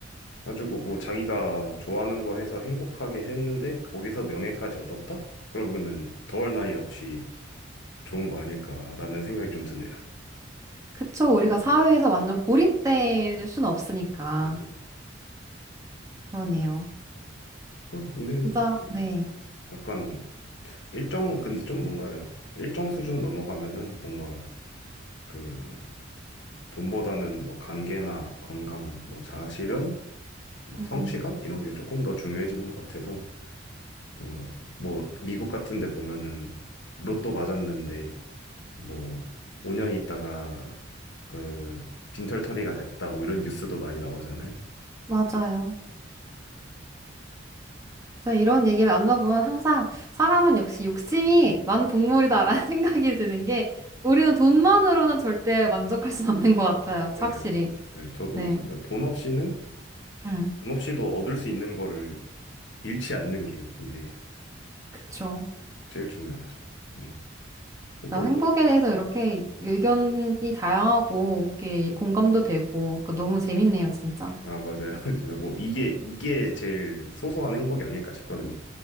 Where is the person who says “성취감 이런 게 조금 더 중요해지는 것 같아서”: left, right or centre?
Left